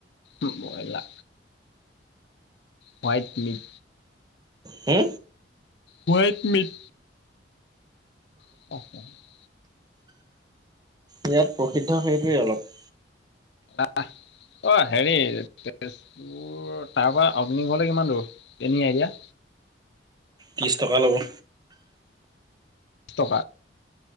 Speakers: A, on the left; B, on the right.
A: উম বইলা। ফাইভ মিট,
B: হো
A: বয়েল মিট, <unintelligible>
B: ইয়াত প্ৰসিদ্ধ সেইটোৱে অলপ।
A: আ আ অ হেৰি। তোৰ তাৰপৰা অগ্নিগড়লৈ কিমান দূৰ এনি আই দিয়া।
B: ত্ৰিছ টকা ল'ব।
A: টকা।